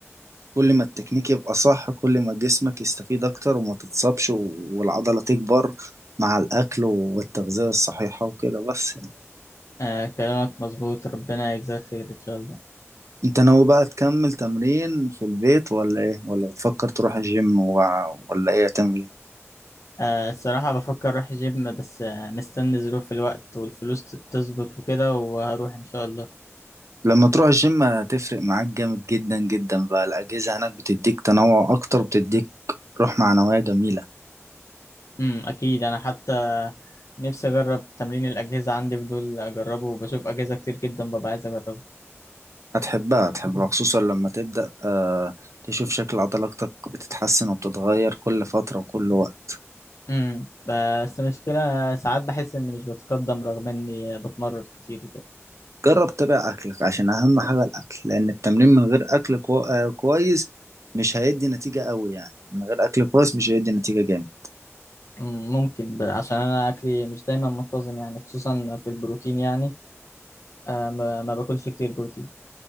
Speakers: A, on the right (about 80°); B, on the left (about 80°).
A: كل ما التكنيك يبقى صح كل ما جسمك يستفيد أكتر وما تتصابش و- والعضلة تكبر مع الأكل والتغذية الصحيحة وكده بس
B: آه كلامك مظبوط ربنا يجزاك خير ان شاء الله
A: انت ناوي بقى تكمل تمرين في البيت ولا ايه ولا بتفكر تروح الجيم و... ولا ايه هتعمل ايه
B: آه الصراحة بفكر اروح جيم بس آه مستني ظروف الوقت والفلوس تظبط وكده وهروح ان شاء الله
A: لما تروح الجيم هتفرق معاك جامد جدا جدا بقى الأجهزة هناك بتديك تنوع أكتر بتديك روح معنوية جميلة
B: امم اكيد انا حتى نفسي اجرب تمرين الاجهزه عندي فضول اجربه وبشوف اجهزه كتير جدا ببقى عايز اجربه
A: هتحبها هتحبها خصوصا لما تبدأ آه تشوف شكل عضلاتك بتتحسن وبتتغير كل فترة وكل وقت
B: امم بس المشكله ساعات بحس اني مش بتقدم رغم اني بتمرن كتير وكده
A: جرب تتابع أكلك عشان أهم حاجة الأكل لأن التمرين من غير أكل كو... آه كويس مش هيدي نتيجة قوي يعني من غير أكل كويس مش هيدي نتيجة جامد
B: أمم، ممكن ب... عشان انا اكلي مش دايما منتظم يعني خصوصا في البروتين يعني آه ما... ما باكلش كتير بروتين